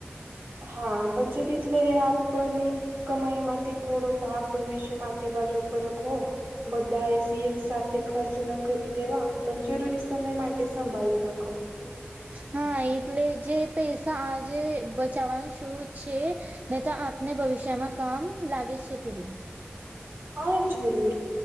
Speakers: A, on the right; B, on the right.
A: હા બચત ઇટલે આપની કમાઈમાંથી થોડો ભાગ ભવિષ્ય માટે બાજુ પર રખો બધાયે થી એક સાથે ખર્ચ ન કરી દેવા પન જરૂરી સમય માટે સંભાળી રખવા.
B: હા એટલે જે પૈસા આજે બચાવવાનું શું છે નય તો આપને ભવિષ્યમાં કામ લાગે છે ફીરી
A: હા જુરૂર